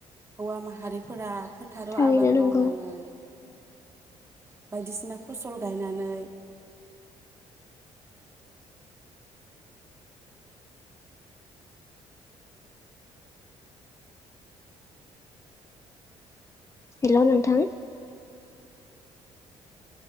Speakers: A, on the right (about 20°); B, on the left (about 25°).
A: हौवा माहारिफोरा फोथाराव
B: थारैनो
A: आबाद मावनानै
B: नंगौ
A: <inaudible> बायदिसिना फसल गायनानै
B: हेल' नोंथां।